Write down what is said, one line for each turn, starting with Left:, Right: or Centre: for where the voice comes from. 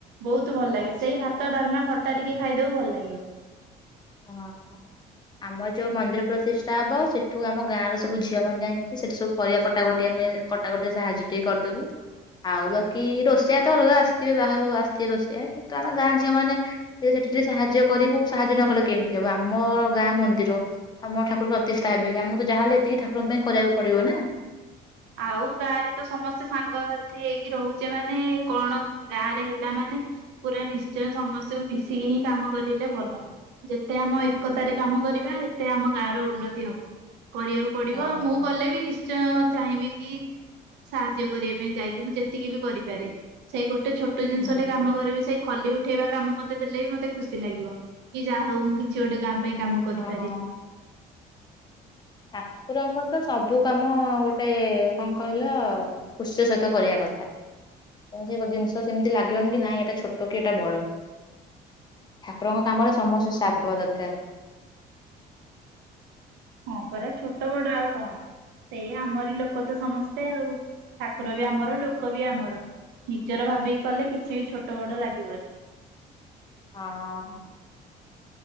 Right: ବହୁତ ଭଲ ଲାଗେ
Left: ଆଚ୍ଛା।
Right: ସେଇ ଭାତ ଡାଲମା ଖଟା ଟିକେ ଖାଇଦୋବୁ ଭଲ ଲାଗିବ।
Left: ହଁ। ଆମର ଯୋଉ ମନ୍ଦିର ପ୍ରତିଷ୍ଠା ହବ ସେଠୁ ଆମ ଗାଁର ସବୁ ଝିଅ ମାନେ ଯାଇକି ସେଠି ସବୁ ପରିବା କଟା କୁଟି ଆମେ କଟା କୁଟିରେ ସାହାଯ୍ୟ ଟିକେ କରିଦୋବୁ। ଆଉ ବାକି ରୋଷେୟା ତ ଅଲଗା ଆସିଥିବେ ବାହାରୁ ଆସିଥିବେ ରୋଷେୟା କିନ୍ତୁ ଆମେ ଗାଁ ଝିଅ ମାନେ ସିଏ ସେଠି ଟିକେ ସାହାଯ୍ୟ କରିବୁ ସାହାଯ୍ୟ ନ କଲେ କେମିତି ହବ ଆମର ଗାଁ ମନ୍ଦିର। ଆମ ଠାକୁର ପ୍ରତିଷ୍ଠା ହେବେ ଆମକୁ ତ ଯାହା ହେଲେ ଏତିକି ଠାକୁରଙ୍କ ପାଇଁ କରିବାକୁ ପଡିବ ନା।
Right: ଆଉ ଗାଁରେ ତ ସମସ୍ତେ ସାଙ୍ଗ ସାଥି ହେଇକି ରହୁଚେ ମାନେ କଣ ଗାଁରେ ହେଲା ମାନେ ପୁରା ନିଶ୍ଚୟ ସମସ୍ତିଙ୍କୁ ମିଶିକି ହିଁ କାମ କରିଲେ ଭଲ। ଯେତେ ଆମ ଏକତାରେ କାମ କରିବା ହେତେ ଆମ ଗାଁର ଉନ୍ନତି ହବ କରିବାକୁ ପଡିବ
Left: ହଁ।
Right: ମୁଁ ଗଲେ ବି ନିଶ୍ଚୟ ଚାହିଁବି କି ସାହାଯ୍ୟ କରିବା ପାଇଁ ଯାଇକି ମୁଁ ଯେତିକି ବି କରିପାରେ ସେଇ ଗୋଟେ ଛୋ ଟ
Left: ହୁଁ
Right: ଜିନିଷଟେ କାମ କରିବି ସେଇ ଖଲି ଉଠେଇବା କାମ ମତେ ଦେଲେ ବି ମତେ ଖୁସି ଲାଗିବ କି ଯାହା ହୋଉ ମୁଁ କିଛି ଗୋଟେ ଗାଁ ପାଇଁ କାମ କରିପାରିବି।
Left: ହଁ ଠାକୁରଙ୍କର ତ ସବୁ କାମ ଗୋଟେ କଣ କହିଲ ଖୁସିର ସହିତ କରିବା କଥା। କୌଣସି ଏକ ଜିନିଷ ସେମିତି ଲାଗିବନି କି ନାଇଁ ଏଇଟା ଛୋଟ କି ଏଟା ବଡ। ଠାକୁରଙ୍କ କାମରେ ସମସ୍ତେ ସାଥ ଦବା ଦରକାର।
Right: ହଁ ପରା ଛୋଟ ବଡ ଆଉ କଣ। ସେଇ ଆମରି ଲୋକ ତ ସମସ୍ତେ ଆଉ ଠାକୁର ବି ଆମର ଲୋକ ବି ଆମର। ନିଜର ଭାବିକି କଲେ କିଛି ବି ଛୋଟ ବଡ ଲାଗିବନି।
Left: ହଁ।